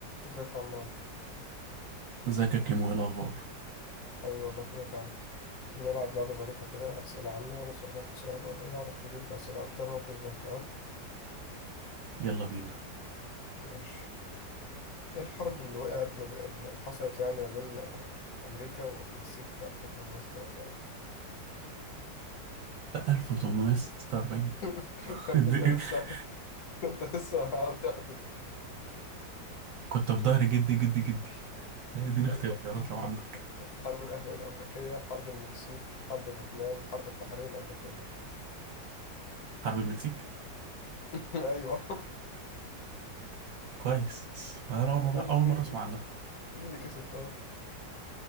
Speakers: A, on the left; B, on the right.
A: ازيك يا عم عمرو؟
B: ازيك يا كيمو ايه الاخبار
A: حبيبي والله كله تمام نلعب لعبة ظريفة كده أسئلة عامة أنا سؤال وأنت سؤال واللي يعرف يجيب أسئلة أكتر هو كسبان تمام
B: يلا بينا
A: ماشي إيه الحرب اللي وقعت ما بي... اللي حصلت يعني ما بين آه، أمريكا والمكسيك في 1846
B: بقى 1846
A: <laughs> كنت
B: ادي-
A: أنت لسه
B: <laughs>
A: <laughs> كنت لسه بتحبي
B: كنت في ظهر جدي جدي جدي لا اديني
A: أيوه
B: اختيارات لو عندك
A: حرب الأهلية الأمريكية حرب المكسيك حرب فيتنام حرب التحرير الأمريكية
B: حرب المكسيك
A: <laughs> أيوه
B: كويس انا اول
A: طب
B: مره
A: مين
B: اول
A: مين
B: مره اسمع عنها
A: مين اللي كسب طيب؟